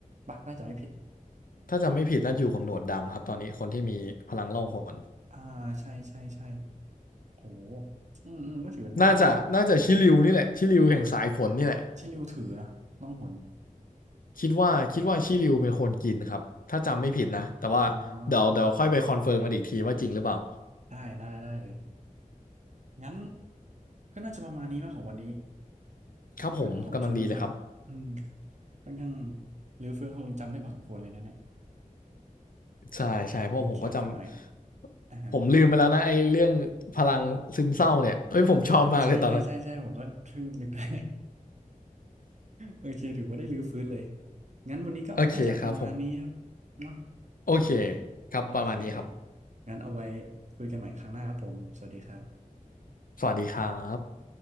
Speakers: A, on the right (about 55°); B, on the left (about 75°).
A: ปะน่าจะไม่ผิด
B: ถ้าจำไม่ผิดน่าจะอยู่กับหนวดดำครับตอนนี้คนที่มีพลังล่องหน
A: อ่าใช่ใช่ใช่โอ้โหอืมอืมก็ถือเป็นภาคนี่
B: น่าจะน่าจะชิริวนี่แหละชิริวแห่งสายฝนนี่แหละ
A: ที่ริวถือนะล่องหน
B: คิดว่าคิดว่าชิริวเป็นคนกินครับถ้าจำไม่ผิดนะแต่ว่าเดี๋ยวเดี๋ยวค่อยไปคอนเฟิร์มกันอีกทีว่าจริงหรือเปล่า
A: อ๋อได้ได้ได้เลยงั้นก็น่าจะประมาณนี้มากของวันนี้
B: ครับผมกำลังดีเลยครับ
A: เรื่องของ Thriller Bark อืมค่อนข้างรื้อฟื้นความทรงจำได้พอสมควรเลยนะเนี่ย
B: ใช่ใช่เพราะผมก็จ
A: รีแคปกันหน่อย
B: ำผมลืมไปแล้วนะไอ้เรื่องพลังซึมเศร้าเนี่ยเอ้ยผมชอบมากเลยตอนนั้น
A: อ่าฮะเออใช่ใช่ใช่ใช่ผมก็เพิ่งนึก <laughs> ได้ โอเคถือว่าได้รื้อฟื้นเลย งั้นวันนี้ก็น่าจะประมาณนี้ครับเนาะ
B: โอเคครับผมโอเคครับประมาณนี้ครับ
A: โอเค งั้นเอาไว้คุยกันใหม่ครั้งหน้าครับผม สวัสดีครับ
B: สวัสดีครับ